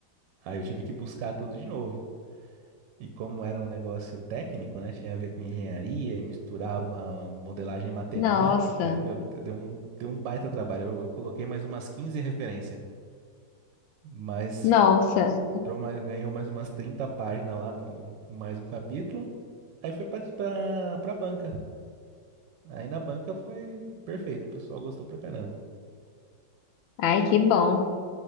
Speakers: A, on the right; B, on the left.
A: Aí eu tive que buscar tudo de novo. E como era um negócio técnico, né? Tinha a ver com engenharia e misturava modelagem matemática.
B: Nossa,
A: Meu, deu um, deu um baita trabalho. Eu, eu coloquei mais umas 15 referências, mas
B: nossa.
A: entrou mais, ganhou mais umas 30 páginas lá no com mais um capítulo. Aí foi pra, pra, pra banca. Aí na banca foi perfeito. O pessoal gostou pra caramba.
B: Ai, que bom.